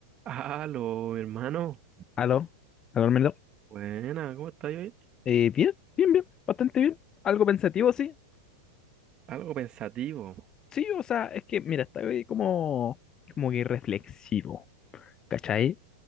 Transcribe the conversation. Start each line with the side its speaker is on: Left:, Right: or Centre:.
Right: Aló, hermano.
Left: Aló, aló, Armando.
Right: Buena, ¿cómo estás hoy?
Left: Eh, bien, bien, bien, bastante bien. Algo pensativo, sí.
Right: Algo pensativo.
Left: Sí, o sea, es que, mira, estoy como, como que reflexivo, ¿cachai?